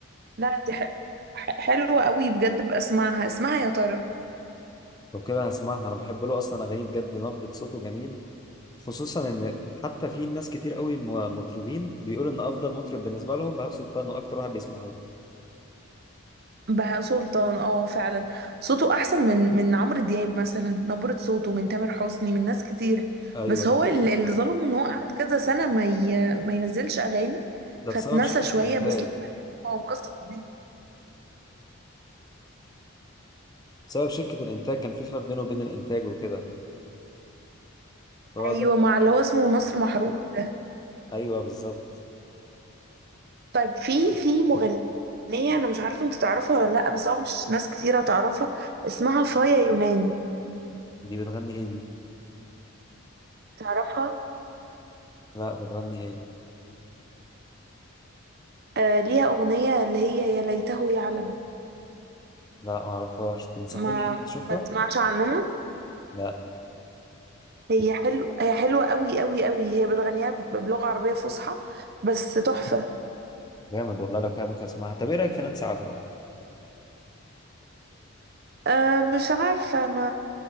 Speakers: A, on the right; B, on the left.
A: لا دي ح... ح- حلوة قوي بجد بسمعها اسمها يا ترى
B: لو كده هسمعها انا بحب له اصلا اغانيه بجد نبرة صوته جميل خصوصا ان حتى في ناس كتير قوي م- مطربين بيقولوا ان افضل مطرب بالنسبه لهم بهاء سلطان واكتر واحد بيسمعوه
A: بهاء سلطان اه فعلا صوته احسن من من عمرو دياب مثلا نبرة صوته من تامر حسني من ناس كتير
B: ايوه
A: بس
B: ده
A: هو ال- اللي ظلمه ان هو قعد كذا سنة ما ي... ما ينزلش اغاني
B: ده
A: فاتنسى
B: بسبب شركه
A: شوية
B: الانتاج
A: بس لما رجع هو مكسر الدنيا
B: بسبب شركه الانتاج كان في خلاف بينه وبين الانتاج وكده فهو
A: ايوه
B: ده
A: مع اللي هو اسمه نصر محروق ده
B: ايوه بالظبط
A: طيب في في مغنية انا مش عارفة انت تعرفها ولا لا بس هو مش ناس كتيرة تعرفها اسمها فايا يونان
B: دي بتغني ايه دي
A: تعرفها
B: لا بتغني ايه
A: آه ليها أغنية اللي هي يا ليته يعلم
B: لا معرفهاش تنصحيني
A: ما
B: اني اشوفها
A: ما تسمعش عنها
B: لا
A: هي حلو هي حلوة قوي قوي قوي هي بتغنيها ب- بلغة عربية فصحى بس تحفة
B: جامد والله لو كده ممكن اسمعها طب ايه رايك في نانسي عجرم
A: آه مش عارفة ما